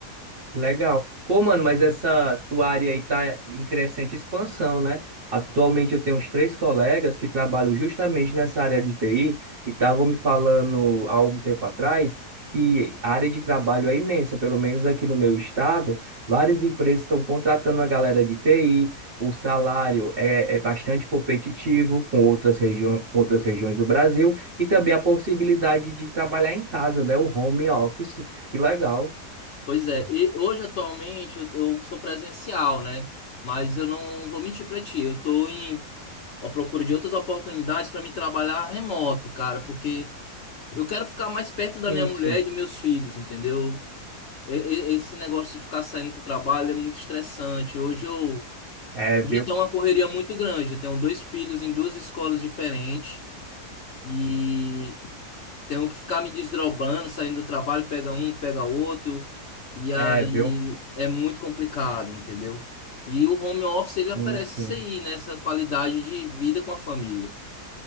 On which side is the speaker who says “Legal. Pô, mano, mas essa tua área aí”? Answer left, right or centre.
Right